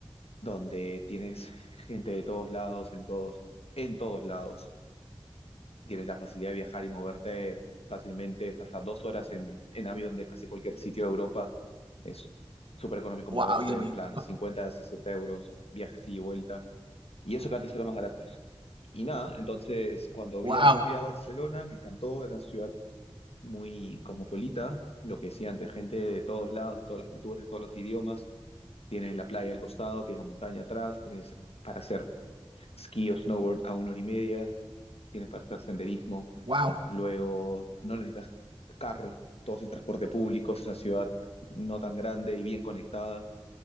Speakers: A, on the left (about 80°); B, on the right (about 55°).
A: donde tienes gente de todos lados, en todos, en todos lados. Tienes la facilidad de viajar y moverte fácilmente. Estás a dos horas en, en avión de casi cualquier sitio de Europa. Es súper económico
B: wow,
A: moverse,
B: qué rico,
A: en plan 50 a 60 euros, viajes ida y vuelta. Y eso que antes era más baratos. Y nada, entonces cuando
B: wow,
A: vi a- fui a Barcelona me encantó, era una ciudad muy cosmopolita, lo que decía antes, gente de todos lados, de todas las culturas, de todos los idiomas. Tienes la playa al costado, tienes la montaña atrás, tienes para hacer Ski o snowboard a una hora y media, tienes para hacer senderismo,
B: wow.
A: luego no necesitas carro, todo es en transporte público, es una ciudad no tan grande y bien conectada.